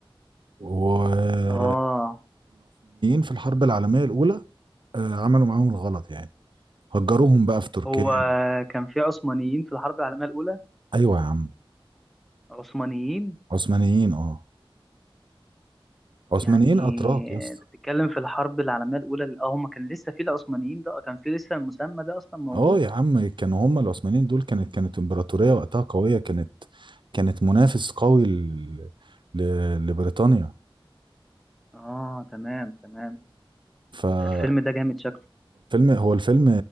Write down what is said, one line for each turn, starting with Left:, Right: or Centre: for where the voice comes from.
Right: والعثمانيين
Centre: اه
Right: في الحرب العالمية الأولى آه، عملوا معاهم الغلط يعني هجروهم بقى في تركيا
Centre: هو كان في عثمانيين في الحرب العالمية الأولى
Right: أيوة يا عم
Centre: عثمانيين
Right: عثمانيين اه عثمانيين
Centre: يعني
Right: أتراك يا اسطى
Centre: انت بتتكلم في الحرب العالمية الأولى اللي- اه هما كان لسه في العثمانيين ده آه، كان في لسه المسمى ده أصلا موجود
Right: اه يا عم كانوا هم العثمانيين دول كانت كانت امبراطورية وقتها قوية كانت كانت منافس قوي ل... ل... لبريطانيا
Centre: اه تمام تمام
Right: فالفيلم
Centre: ده الفيلم ده جامد شكله
Right: هو الفيلم